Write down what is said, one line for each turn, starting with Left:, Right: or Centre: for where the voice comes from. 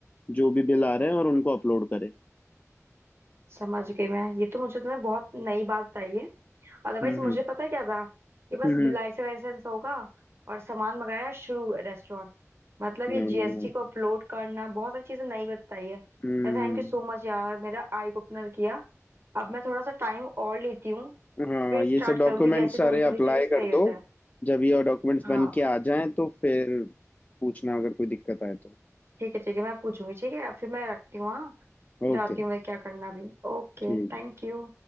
Left: जो भी बिल आ रहे हैं और उनको अपलोड करे
Right: समझ गई मैं ये तो मुझे तुमने बहुत नई बात बताई है अदरवाइज
Left: हम्म
Right: मुझे
Left: हम्म
Right: पता है क्या था कि बस
Left: हम्म,
Right: लाइसेंस
Left: हम्म।
Right: वाइसेंस होगा और सामान मंगाया शुरू रेस्टोरेंट मतलब ये
Left: नहीं नहीं
Right: जीएसटी
Left: नहीं
Right: को अपलोड करना बहुत सारी चीजें नई बताई है
Left: हम्म
Right: थैंक यू सो मच यार मेरा आई ओपनर किया अब मैं थोड़ा सा टाइम और लेती हूँ
Left: हाँ
Right: फिर
Left: ये
Right: स्टार्ट
Left: सब डॉक्यूमेंट्स
Right: करूंगी जैसे
Left: सारे
Right: थोड़ी
Left: अप्लाई
Right: थोड़ी चीजें सही
Left: कर
Right: हो
Left: दो
Right: जाए
Left: जब ये डॉक्यूमेंट्स
Right: हाँ
Left: बन के आ जाएं तो फिर पूछना अगर कोई दिक्कत आए तो
Right: ठीक है ठीक है मैं पूछूंगी ठीक है अब फिर मैं रखती हूँ हाँ
Left: ओके
Right: जाती हूँ मैं क्या करना भी ओके
Left: ठीक
Right: Thank
Left: है।
Right: you